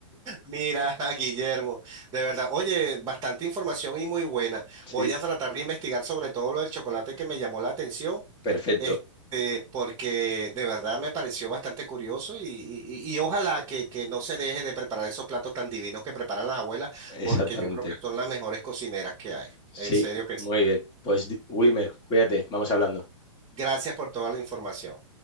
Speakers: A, on the right; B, on the left.
A: Mira, <laughs> Guillermo, de verdad, oye, bastante información y muy buena.
B: Sí,
A: Voy a tratar de investigar sobre todo lo del chocolate que me llamó la atención,
B: perfecto,
A: este, porque de verdad me pareció bastante curioso y, y- y- y ojalá que, que no se deje de preparar esos platos tan divinos que preparan las abuelas,
B: exactamente.
A: porque yo creo que son las mejores cocineras que hay.
B: Sí,
A: En serio que
B: muy
A: sí.
B: bien. Pues Wilmer, cuídate, vamos hablando.
A: Gracias por toda la información.